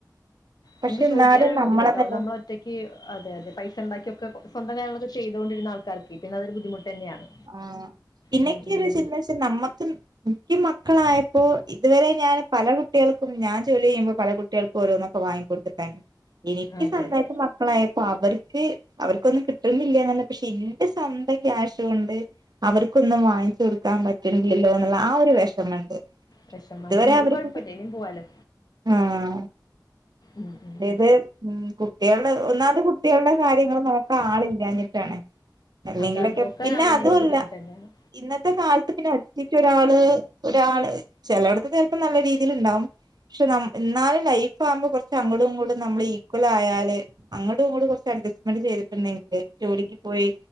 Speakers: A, on the right (about 65°); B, on the left (about 60°).
A: പക്ഷെ
B: നമുക്ക് ചോദിക്കാന്
A: എന്നാലും
B: ഒരു
A: നമ്മളെ
B: ബുദ്ധിമുട്ടാവും
A: നിലനിൽ
B: നമ്മള് ഒറ്റക്ക് അതെ അതെ പൈസ ഉണ്ടാക്കിക്കെ സ്വന്തം കാര്ങ്ങളൊക്കെ ചെയ്തൊണ്ടിരുന്ന ആൾക്കർക്ക് പിന്നെ അതൊരു ബുദ്ധിമുട്ട് തന്നെയാണ്
A: ആ പിന്നെക്കെയ
B: ഉം, ഉം.
A: ഒരു സിറ്റുവേഷൻ നമക്ക് വെച്ച എനിക്ക് മക്കളായപ്പോ ഇതുവരെ ഞാൻ പല കുട്ടികൾക്കും ഞാൻ ജോലി ചെയ്യുമ്പോ പല കു കുട്ടികൾക്ക് ഓരോന്നൊക്കെ വാങ്ങി കൊടുത്തിട്ടുണ്ടായിരുന്നു എനിക്ക്
B: അതെ,
A: സ്വാന്തമായി
B: അതെ.
A: മക്കളായപ്പോ അവർക്ക് അവർക്കൊന്നും കിട്ടുന്നില്ലല്ലെന്നല്ല പക്ഷെ എന്റെ സ്വന്തം ക്യാഷ് വിണ്ട് അവർക്കൊന്നും വാങ്ങിച്ചു കൊടുക്കാൻ പറ്റില്ലല്ലോ എന്നുള്ള ആ ഒരു വിഷമുണ്ട്
B: വിഷമം.
A: ഇതുവരെ
B: അത്
A: അവർക്ക്
B: കുഴപ്പമില്ല. ഇനിയും പോവാലോ.
A: ആഹ
B: ഉം, ഉം.
A: അതായത് ഉം കുട്ടികളുടെ ഒന്നാമത് കുട്ടികളുടെ കാര്യങ്ങൾ നമുക്ക് ആളില്ലഞ്ഞിട്ടാാണ് അല്ലെങ്കിലൊക്കെ
B: അതാണ്. നോക്കാൻ
A: പിന്നെ
B: ആളില്ലെങ്കി
A: അതല്ല
B: ബുദ്ധിമുട്ട് തന്നെയാണ്.
A: ഇന്നത്തെ കാലത്ത് പിന്നെ ഒറ്റക്ക് ഒരാള് ഒരാള് ചിലയിടത്ത് ചിലപ്പോം നല്ല രീതിൽണ്ടാവും പക്ഷെ ന എന്നാലും ലൈഫ് ആകുമ്പോ കുറച്ച് അങ്ങോടും ഇങ്ങൂടും നമ്മള് ഈക്വൽ ആയാല് അങ്ങട്ടും ഇങ്ങ കുറച്ച് അഡ്ജസ്റ്റ്മെന്റ് ചെയ്തിട്ടുണ്ടെങ്കില് ജോലിക്ക് പോയി